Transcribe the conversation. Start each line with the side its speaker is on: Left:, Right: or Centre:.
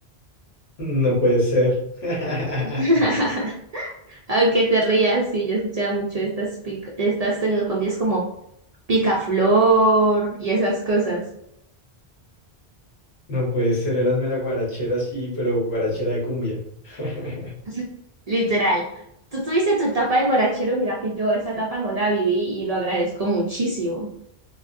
Left: No puede ser. <laughs>
Right: <laughs> Aunque te rías, sí, yo escuchaba mucho estas, pic- estas tecnocumbias como Picaflor y esas cosas.
Left: No puede ser, eras mera guarachera, sí, pero guarachera de cumbia. <laughs>
Right: <laughs> Literal. Tú tuviste tu etapa de guarachero, mira que yo esa etapa no la viví y lo agradezco muchísimo.